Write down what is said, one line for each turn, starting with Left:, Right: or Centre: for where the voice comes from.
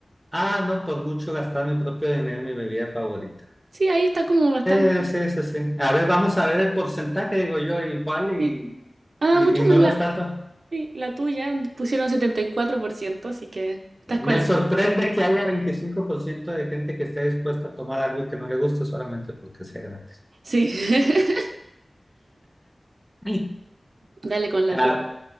Centre: Ah, no, por mucho gastar mi propio dinero en mi bebida favorita.
Right: Sí, ahí está como bastante...
Centre: Sí, sí, sí, sí. A ver, vamos a ver el porcentaje, digo yo, igual
Right: sí.
Centre: y,
Right: Ah,
Centre: y,
Right: mucho
Centre: y
Right: más
Centre: no
Right: la,
Centre: lo está todo.
Right: sí, la tuya, pusieron 74%, así que estás con
Centre: Me
Right: la...
Centre: sorprende que haya 25% de gente que esté dispuesta a tomar algo que no le gusta solamente porque sea gratis.
Right: Sí, <laughs>
Centre: Sí.
Right: dale con la
Centre: Ah,
Right: tuya.